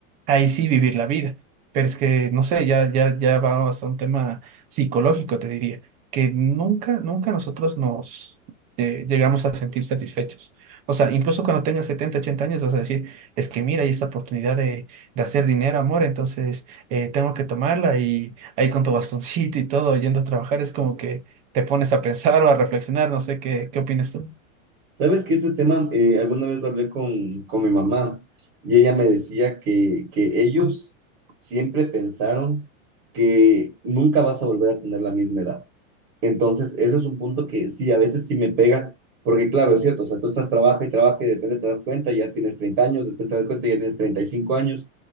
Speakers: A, on the right; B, on the right.
A: ahí sí vivir la vida. Pero es que, no sé, ya, ya, ya va hasta un tema psicológico, te diría, que nunca, nunca nosotros nos eh, llegamos a sentir satisfechos. O sea, incluso cuando tengas 70 80 años vas a decir, es que mira, hay esta oportunidad de, de hacer dinero, amor, entonces eh, tengo que tomarla y ahí con tu bastoncito y todo, yendo a trabajar, es como que te pones a pensar o a reflexionar, no sé qué, qué opinas tú.
B: Sabes que este tema, eh, alguna vez lo hablé con, con mi mamá y ella me decía que, que ellos siempre pensaron que nunca vas a volver a tener la misma edad. Entonces, eso es un punto que sí, a veces sí me pega, porque claro, es cierto, o sea, tú estás trabaja y trabaja y de repente te das cuenta, ya tienes 30 años, después te das cuenta, ya tienes 35 años,